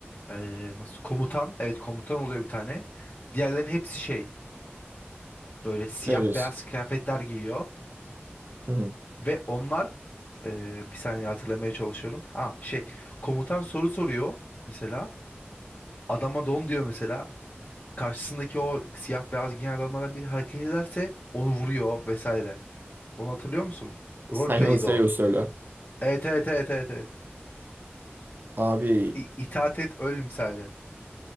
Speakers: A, on the left; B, on the right.
A: Ee, nasıl komutan? Evet komutan oluyor bir tane. Diğerlerinin hepsi şey böyle siyah
B: Terörist.
A: beyaz kıyafetler giyiyor
B: Hı.
A: ve onlar ee, bir saniye hatırlamaya çalışıyorum. Ha şey komutan soru soruyor mesela. Adama don diyor mesela. Karşısındaki o siyah beyaz giyen adamlardan biri hareket ederse onu vuruyor vesaire. Onu hatırlıyor musun? Roleplay'di
B: Simon Sayo
A: o.
B: söyle.
A: Evet evet evet evet evet.
B: Abi
A: İ- İtaat et öl misali.